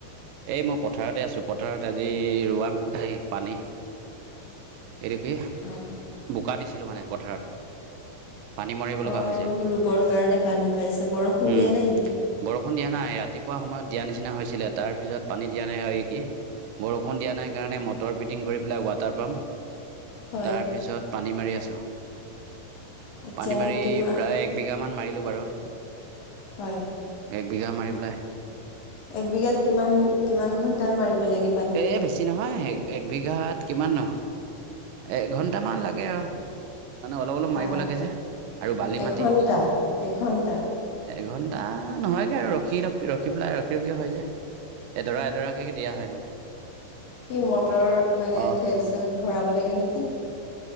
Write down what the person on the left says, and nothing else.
অ
অ
ৰুবৰ কাৰণে পানী মাৰিছা, বৰষুণ
দিয়া নাই নেকি?
হয়
আচ্ছা
কিমান
হয়
একবিঘাত কিমান কিমান ঘন্টা মাৰিব লাগি
বা
এঘণ্টা
এঘণ্টা
কি মটৰত মানে
তেল-চেল ভৰাব লাগে নেকি?